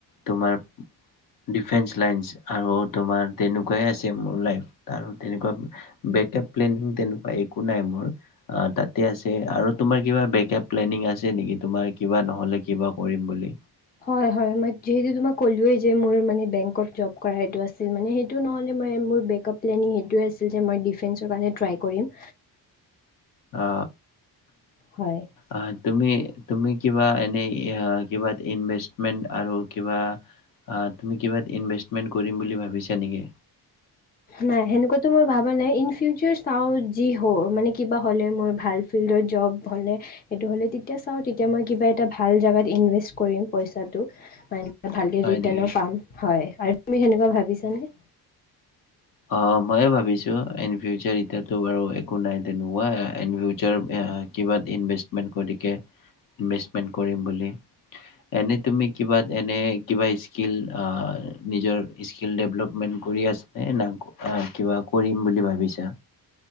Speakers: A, on the left; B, on the left.
A: তোমাৰ ডিফেন্স লাইনচ আৰু তোমাৰ তেনেকুৱাই আছে মোৰ লাইফ আৰু তেনেকুৱা বেকআপ প্লেনিং তেনেকুৱা একো নাই মোৰ তাতে আছে আৰু তোমাৰ কিবা বেকআপ প্লেনিং আছে নেকি তোমাৰ কিবা নহ'লে কিবা কৰিম বুলি
B: হয় হয় মই যিহেতু তোমাক ক'লোৱেই যে মোৰ মানে বেংকত জব কৰা এইটো আছিল মানে সেইটো নহ'লে মই মোৰ বেকআপ প্লেনিং সেইটোৱে আছিল যে মই ডিফেন্সৰ কাৰণে ট্ৰাই কৰিম
A: অ
B: হয়
A: আহ তুমি তুমি কিবা এনেই কিবা ইনভেষ্টমেণ্ট আৰু কিবা তুমি কিবা ইনভেষ্টমেণ্ট কৰিম বুলি ভাবিছা নেকি
B: নাই সেনেকোৱাটো মই ভাবা নাই ইন ফিউচাৰ চাওঁ যি হ মানে কিবা হ'লে মোৰ ভাল ফিল্ডত জব হলে সেইটো হলে তেতিয়া চাওঁ তেতিয়া মই কিবা এটা ভাল জাগাত ইনভেষ্ট কৰিম পইচাটো ভালকে
A: হয়
B: ৰিটাৰ্ণো
A: নেকি?
B: পাম হয় আৰু তুমি সেনেকোৱা ভাবিছানে
A: অ মইয়ো ভাবিছো ইন ফিউচাৰ এতিয়াতো বাৰু একো নাই তেনেকুৱাকে এনে ৰোজাৰ বেয়া কিবাত ইনভেষ্টমেণ্ট কৰিম বুলি এনে তুমি কিবা এনে কিবা স্কিল নিজৰ স্কিল ডেভেলপমেন্ট কৰি আছা নে কিবা কৰিম বুলি ভাবিছা